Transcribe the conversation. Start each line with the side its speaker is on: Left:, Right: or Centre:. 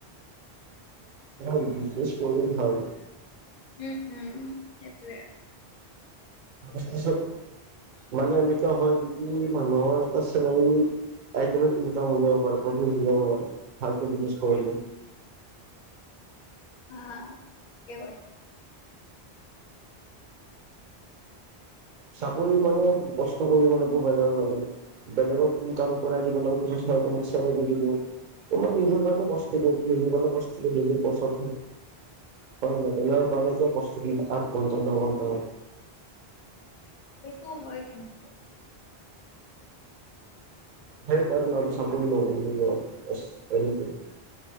Right: ন বিজনেছ কৰিলে ভাল।
Left: উম উম সেইটোয়ে।
Right: মানে এনেকুৱা হয় যিদি মানুহৰ এটা চেলাৰী আইকিনে ইনকাম হৈ যাব পাৰে পফিত হৈ যাব পাৰে ভালকে বিজনেজ কৰিলে।
Left: হাঁ ঠিকে কয়।
Right: চাকৰি মানে কষ্ট কৰিব লাগাটো বাইনাৰ কাৰণে। বেলেগক ইনকাম কৰাই দিব লেক ট্ৰিছ মানে মোক চেলাৰি দিব। <unintelligible> তোমাক নিজৰ কাৰণে কষ্ট কৰিছিল সেইকাৰণে পষ্টি গলি নিজে পচাত হয়। হয় মানে বেলেগ কাৱনে যে প্ৰস্তুতি আঠ ঘণ্টা ন ঘণ্টা মান।
Left: সেইটো হয় কিন্তু।
Right: সেইকাৰণে আৰু চাকৰি লগিং দিব বচ এৰিবি। <unintelligible>